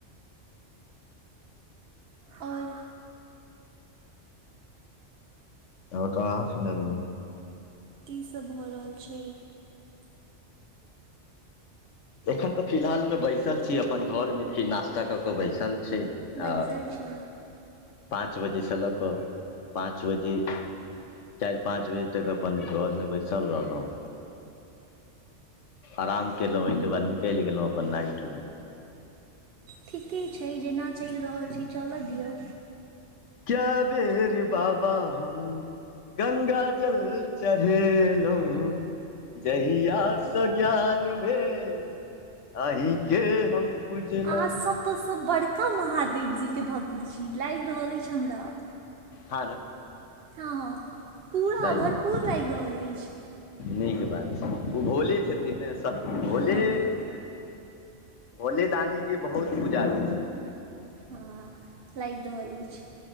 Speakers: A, on the right; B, on the left.
A: आओर
B: <unintelligible>
A: की सभ भऽ रहल छै
B: एखन तऽ फिलहालमे बैसल छी अपन घरमे छी नाश्ता कऽ केऽ बैसल छी
A: बैसल
B: आओर
A: छी
B: पाँच बजेसँ लऽ कऽ पाँच बजे चारि पाँच बजे तक अपन घर मे बैसल रहलहुँ आराम केलहुँ ओहिके बाद निकलि गेलहुँ अपन नाइटमे
A: ठीके छै जेना चलि रहल छी चलऽ दियौ
B: क्य बेेरीे बाबा हम गंगा जल चढ़ेलहुँ जहिया से ज्ञान भेल अहींके हम पुजलहुँ
A: अहाँ सबसँ बड़का महादेव जी के भक्त छी लागि रहल अछि हमरा
B: हँ ने
A: हँ हँ पूरा
B: सही
A: भरपूर
B: बात
A: लागि रहल अछि
B: नीक बात छै ओ भोले छथिन ने सब भोले
A: हँ
B: भोलेदानी के बहुत पुजारी छै
A: हँ लागि रहल अछि